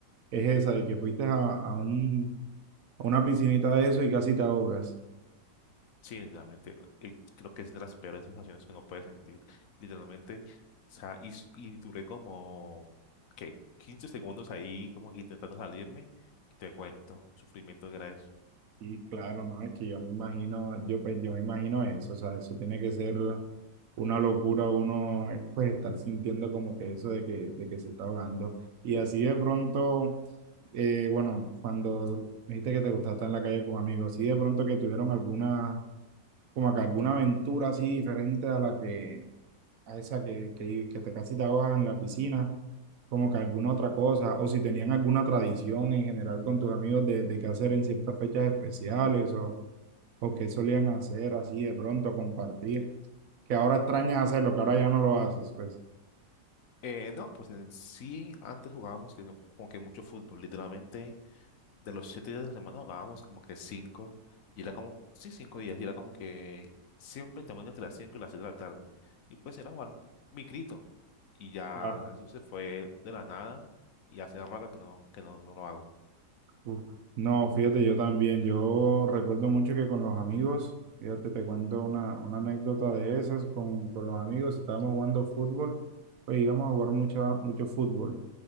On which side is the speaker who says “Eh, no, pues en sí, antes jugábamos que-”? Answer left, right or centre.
Left